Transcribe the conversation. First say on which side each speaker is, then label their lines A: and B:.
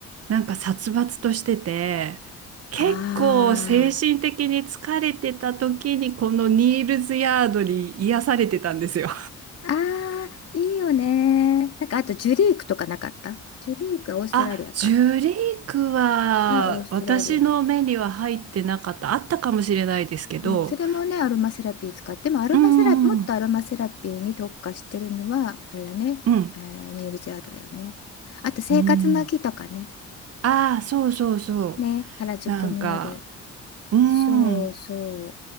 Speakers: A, on the right (about 55°); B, on the left (about 55°).
A: なんか殺伐としてて、結構精神的に疲れてた時にこのニールズヤードに癒されてたんですよ。
B: ああ。ああ、いいよね。なんかあとジュリークとかなかったジュリークはオーストラリアか。
A: あ、ジュリークは私の目には入ってなかった。
B: まあオーストラリア。
A: あったかもしれないですけど。
B: うん、それもね、アロマセラピー使っても、アロマセラ、
A: うんうん
B: もっとアロマセラピーに特化してるのは、あれだね、
A: うん。
B: えーニールズヤードだよね。あと生活の木とかね。
A: うん。ああ、そうそうそう。
B: ね、原宿にある。
A: なんか、うん。
B: そうそ